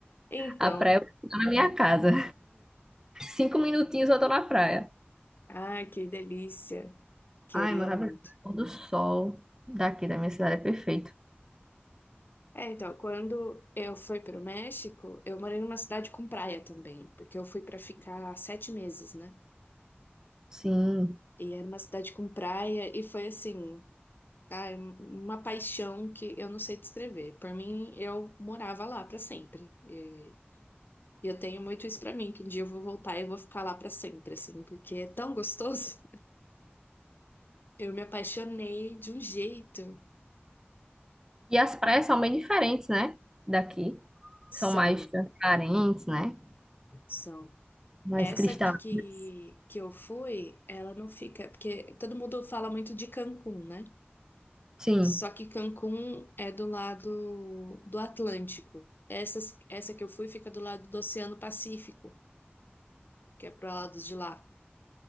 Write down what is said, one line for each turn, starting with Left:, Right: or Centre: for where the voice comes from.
Left: Então,
Right: A praia tá na minha casa. Cinco minutinhos eu tô na praia.
Left: ai, que delícia. Queria
Right: Ai, maravilhoso.
Left: muito.
Right: O pôr do sol daqui da minha cidade é perfeito.
Left: É, então, quando eu fui para o México, eu morei numa cidade com praia também, porque eu fui para ficar sete meses, né?
Right: Sim.
Left: E era uma cidade com praia e foi assim, ai, um, uma paixão que eu não sei descrever. Por mim, eu morava lá para sempre. E e eu tenho muito isso para mim, que um dia eu vou voltar e eu vou ficar lá para sempre, assim, porque é tão gostoso. Eu me apaixonei de um jeito.
Right: E as praias são bem diferentes, né? Daqui.
Left: São,
Right: São mais transparentes, né?
Left: são.
Right: Mais
Left: Essa
Right: cristalinas.
Left: que, que eu fui, ela não fica. Porque todo mundo fala muito de Cancún, né?
Right: Sim,
Left: Só que Cancún é do lado do Atlântico. Essa, essa que eu fui fica do lado do Oceano Pacífico, que é pro lado de lá.